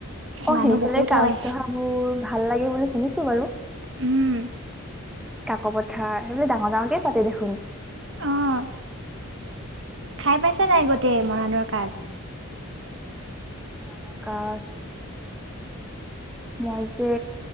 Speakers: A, in the centre; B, on the right.
A: অঁ,
B: মানুহ
A: সেইফালে
B: বহুত
A: কাজ
B: হয়
A: ধহা বোৰ ভাল লাগে বুলি শুনিছো বাৰু!
B: উম।
A: কাক পথাৰ সেইবোৰ ডাঙৰ ডাঙৰকেই পাতে দেখোন
B: অঁ খাই পাইছে নাই গোটেই মৰাণৰ কাজ
A: মৰাণৰ কাজ মই যে